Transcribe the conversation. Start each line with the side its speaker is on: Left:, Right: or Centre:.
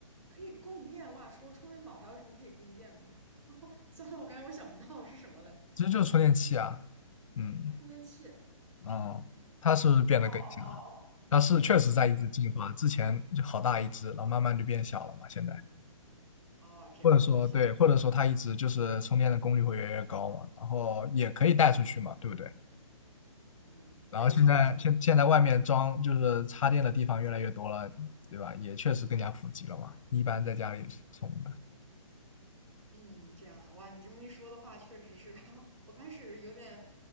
Right: 可以供电！哇，除了充电宝，还有什么可以供电的？<laughs> 算了，我感觉我想不到是什么嘞。
Left: 其实就是充电器啊，嗯
Right: 充电器。
Left: 哦，它是不是变得更小了？
Right: 哦哦
Left: 它是确实在一直进化，之前就好大一只，然后慢慢就变小了嘛，现在。
Right: 哦，这样呀，
Left: 或者说对，
Right: 行，
Left: 或者说它一直就是充电的功率会越来越高嘛，然后也可以带出去嘛，对不对？
Right: 嗯，
Left: 然后现在现现在外面装就是插电的地方越来越多了，
Right: 没错没错，
Left: 对吧？也确实更加普及了嘛，一般在家里充的。
Right: 嗯，这样啊，哇，你这么一说的话，确实是，<laughs> 我开始有点